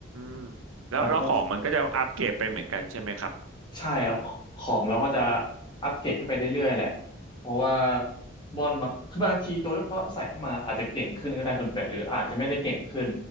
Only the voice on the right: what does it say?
มแล้วแล้วของมันก็จะอัปเกรดไปเหมือนกันใช่ไหมครับ